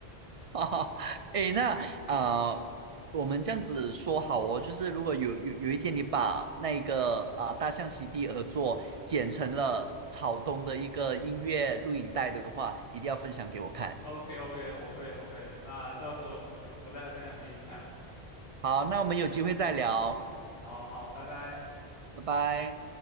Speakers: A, on the right; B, on the left.
A: <laughs> 哈哈，诶，那啊、呃我们这样子说好哦，就是如果有有有一天你把那个啊、大象席地而坐剪成了草东的一个音乐录影带的话，一定要分享给我看。
B: OK OK，我会我会的，那到时候我就我再分享给你看。
A: 好，那我们有机会再聊，
B: 好好，拜拜。
A: 拜拜。